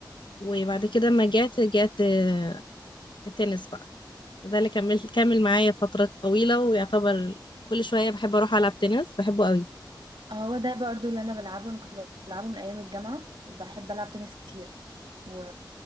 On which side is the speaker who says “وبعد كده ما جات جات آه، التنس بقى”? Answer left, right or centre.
Left